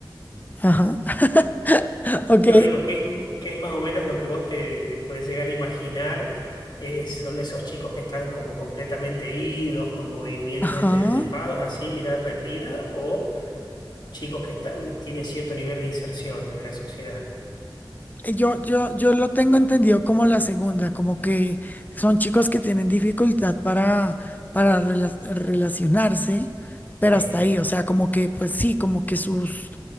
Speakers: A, on the left (about 20°); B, on the left (about 60°).
A: Ajá. <laughs> Ok.
B: No, digo, que es, que es más o menos lo que vos te, te podés llegar a imaginar. eh, son esos chicos que están como completamente idos, con movimientos
A: Ajá.
B: estereotipados, así, mirada perdida, o chicos que está- tienen cierto nivel de inserción en la sociedad.
A: Eh, Yo, yo, yo lo tengo entendido como la segunda, como que son chicos que tienen dificultad para, para rela- relacionarse, pero
B: Sí,
A: hasta ahí, o sea, como que, pues sí, como que sus,